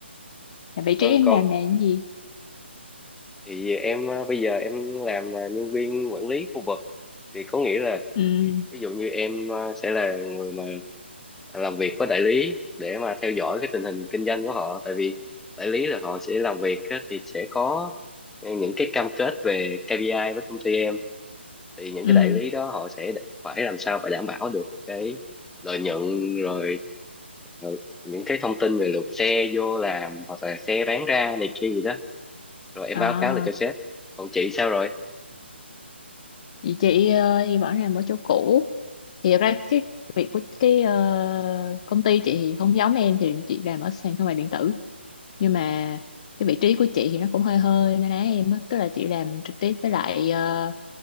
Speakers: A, on the left; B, in the centre.
A: là vị
B: Vâng
A: trí em
B: con,
A: làm là cái gì?
B: thì em ờ, bây giờ em làm ờ, nhân viên quản lý khu vực. Thì có nghĩa là
A: Ừ,
B: ví dụ như em ờ, sẽ là người mà làm việc với đại lý để mà theo dõi cái tình hình kinh doanh của họ tại vì đại lý là họ sẽ làm việc á, thì sẽ có những cái cam kết về KPI với công ty em thì những
A: ừ,
B: cái đại lý đó họ sẽ phải làm sao phải đảm bảo được cái lợi nhuận rồi ờ, những cái thông tin về lượt xe vô làm hoặc là xe bán ra này kia gì đó rồi em
A: à,
B: báo cáo lại cho sếp còn chị sao rồi
A: vậy chị ờ, thì vẫn làm ở chỗ cũ. Thì thật ra cái việc của cái ờ, công ty chị thì không giống em, thì chị làm ở sàn thương mại điện tử. Nhưng mà cái vị trí của chị thì nó cũng hơi hơi na ná em á. Tức là chị làm trực tiếp với lại ờ,